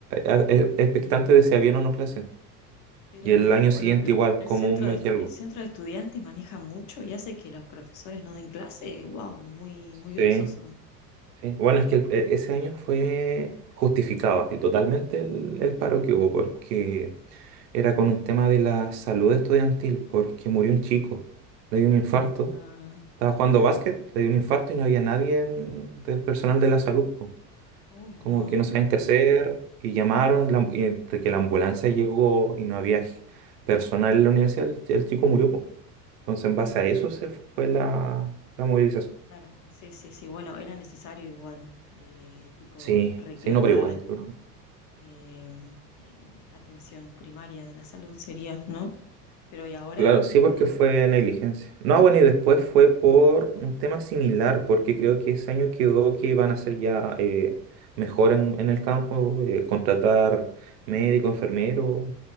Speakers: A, on the right (about 70°); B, on the left (about 40°).
A: a- a- e- expectante
B: Y, eh,
A: de si habían o no clase.
B: pero
A: Y el año siguiente
B: lo-
A: igual,
B: el
A: como
B: centro
A: un mes
B: de,
A: y algo.
B: el centro de estudiantes maneja mucho y hace que los profesores no den clase. Wow, muy, muy grosos
A: Sí,
B: son.
A: sí. Bueno, es que el- e- ese año fue justificado así totalmente el, el paro que hubo porque era con un tema de la salud estudiantil, porque murió un chico, le dio un infarto.
B: Ah,
A: Estaba jugando básquet, le dio un infarto y no había nadie en- del personal de la salud. po.
B: uy, no.
A: como que no sabían qué hacer y llamaron, la y entre que la ambulancia llegó y no había g- personal en la universidad, el, el chico murió, po. Entonces, en base a eso se fue fue la, la movilización.
B: Claro, sí, sí, sí. Bueno, era necesario igual, eh, tipo,
A: Sí,
B: reclamar
A: sí, no, pero igual, duro.
B: eh, eh, atención primaria de la salud sería, ¿no? Pero ¿y ahora
A: Claro, sí,
B: qué
A: porque
B: onda?
A: fue negligencia. No, bueno, y después
B: Ujú,
A: fue por un tema similar, porque creo que ese año quedó que iban a ser ya eh, mejor en, en el campo, eh, contratar médico, enfermero